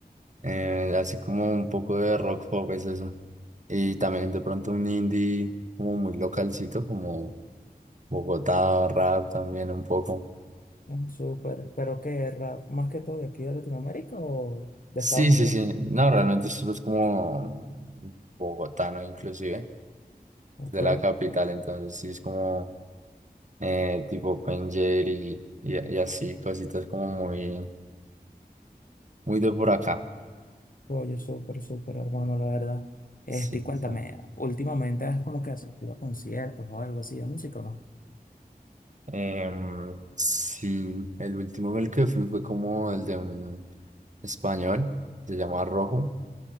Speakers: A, on the right; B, on the left.
A: eh, así como un poco de rock pop es eso. Y también de pronto un indie como muy localcito, como Bogotá, rap también un poco.
B: Mm, Súper, pero qué rap, más que todo de aquí de Latinoamérica o de
A: Sí,
B: Estados Unidos.
A: sí, sí. No, realmente solo es como bogotano inclusive,
B: Ok,
A: es de la capital, entonces sí es como eh, tipo Pen y, y, y así, cositas como muy, muy de por acá.
B: oye, súper, súper, hermano, la verdad. Este,
A: Sí,
B: y cuéntame,
A: sí.
B: últimamente has como que asistido a conciertos o algo así de música o no?
A: Em, sí, el último el que fui fue como el de un español, se llama Rojo.